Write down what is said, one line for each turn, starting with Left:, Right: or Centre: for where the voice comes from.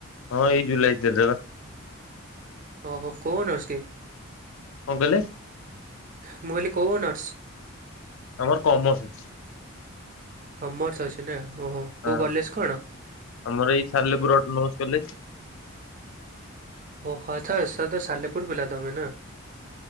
Left: ହଁ ଏଇ ଜୁଲାଇ ତେର ଵା।
Right: ଓ ହୋ କୋଉ ଅନସ୍ କି?
Left: କଣ କହିଲେ?
Right: ମୁଁ କହିଲି କୋଉ ଅନର୍ସ?
Left: ତମର କମର୍ସ ଅଛି।
Right: କମର୍ସ ଅଛି ନା ଓହୋ। କୋଉ
Left: ହଁ
Right: କଲେଜ କଣ
Left: ଆମର ଏଇ ସାଲେପୁର ଅଟ ନମସ୍ କଲେଜ
Right: ଓ ହ ସାର୍ ତ ସାଲେପୁର ପିଲା ତମେ ନା?